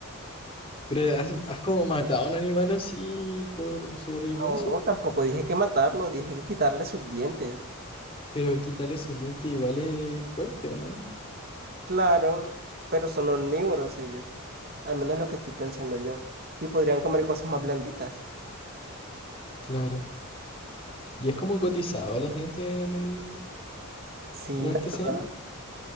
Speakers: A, on the left; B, on the right.
A: Pero has, has como matado a un animal así por sobrevivencia,
B: No, tampoco dije que matarlo, dije que quitarle sus dientes.
A: pero quitarle sus dientes igual es fuerte, ¿o no?
B: Claro, pero son omnívoros ellos. Al menos lo que estoy pensando yo. Y podrían comer cosas más blanditas.
A: Claro. ¿Y es como cotizado los dientes en el,
B: Sí,
A: en la
B: la
A: artesanía?
B: verdad.